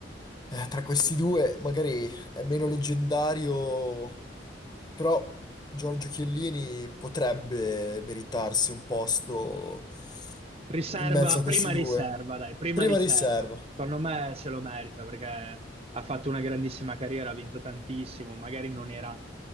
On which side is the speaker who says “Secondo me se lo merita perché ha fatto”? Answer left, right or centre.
Right